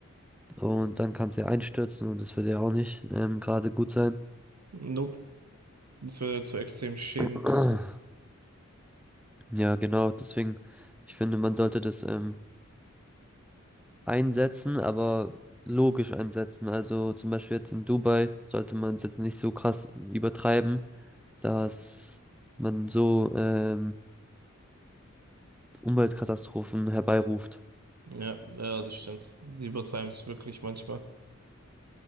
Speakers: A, in the centre; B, on the right.
A: Und dann kann es ja einstürzen und das würde ja auch nicht ähm, gerade gut sein.
B: nope, das würde zu extremen Schäden
A: <clears throat>
B: führen.
A: Ja, genau, deswegen, ich finde, man sollte das ähm, einsetzen, aber logisch einsetzen. Also zum Beispiel jetzt in Dubai sollte man es jetzt nicht so krass übertreiben, dass man so ähm, Umweltkatastrophen herbeiruft.
B: Ja, ja, das stimmt. Die übertreiben es wirklich manchmal.